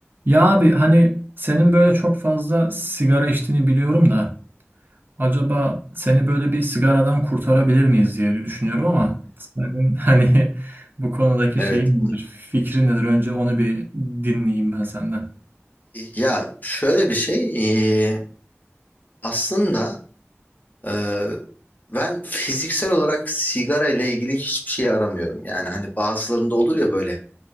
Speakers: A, on the right; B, on the left.
A: Ya abi hani senin böyle çok fazla sigara içtiğini biliyorum da acaba seni böyle bir sigaradan kurtarabilir miyiz diye düşünüyorum ama senin <laughs> hani bu konudaki
B: Evet.
A: şeyin nedir, fikrin nedir? Önce onu bir dinleyeyim ben senden.
B: Ya şöyle bir şey e, aslında e, ben fiziksel olarak sigara ile ilgili hiçbir şey aramıyorum. Yani hani bazılarında olur ya böyle